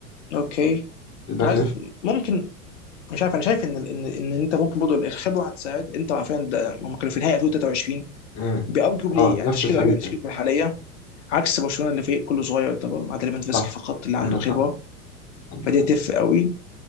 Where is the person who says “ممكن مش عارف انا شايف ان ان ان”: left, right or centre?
Left